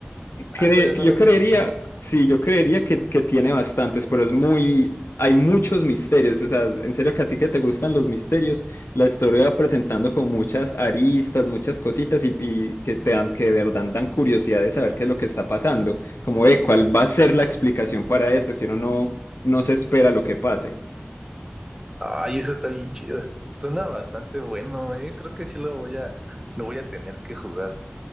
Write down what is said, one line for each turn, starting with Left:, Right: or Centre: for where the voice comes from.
Left: Cre-
Right: Ah, todavía no
Left: yo
Right: lo
Left: creería,
Right: terminé.
Left: sí, yo creería que, que tiene bastantes, pero es muy, hay muchos misterios, o sea, en serio que a ti que te gustan los misterios, la historia va presentando con muchas aristas, muchas cositas y, y que te dan, que de verdad dan curiosidad de saber qué es lo que está pasando, como de cuál va a ser la explicación para esto, que uno no, no se espera lo que pase.
Right: Ay, eso está bien chido. Suena bastante bueno, eh. Creo que sí lo voy a... lo voy a tener que jugar.